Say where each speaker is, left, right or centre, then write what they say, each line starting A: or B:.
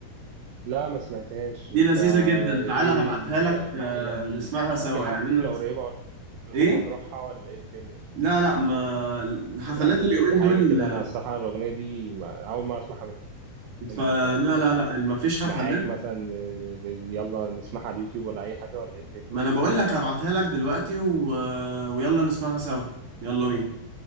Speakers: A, on the right (about 75°); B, on the right (about 55°).
A: لا ما سمعتهاش
B: دي
A: انت
B: لذيذة جدا
A: ايه
B: تعالى هبعتها
A: ده-
B: لك
A: مع
B: آه،
A: يعني
B: نسمعها سوا
A: في حفله
B: يعني انا
A: قريبه ولا
B: ايه
A: حاجه نروحها ولا ايه الدنيا
B: لا لا ما الحفلات
A: يعني
B: اليومين
A: في حاجة
B: دول
A: كده
B: آه،
A: أنا الصراحة الأغنية دي ما أول مرة أسمعها منك
B: فلا
A: يعني
B: لا لا ما فيش
A: فمعاك
B: حفلات
A: مثلا آه، يلا نسمعها على اليوتيوب ولا أي حاجة ولا إيه الدنيا
B: ما انا بقول لك هبعتها لك دلوقتي و... آه، ويلا نسمعها سوا يلا بينا